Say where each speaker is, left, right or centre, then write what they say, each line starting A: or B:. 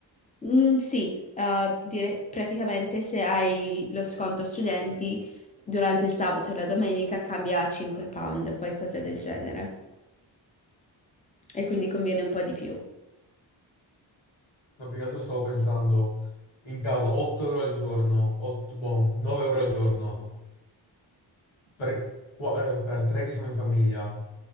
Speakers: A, on the left; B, on the left.
A: Mm, sì, eh, dire- praticamente se hai lo sconto studenti durante il sabato e la domenica cambia a 5 pound, qualcosa del genere. E quindi conviene un po' di più.
B: No, più che altro stavo pensando, in caso 8 euro al giorno, 8, boh, 9 euro al giorno, per, qua- eh, per 3 che siamo in famiglia,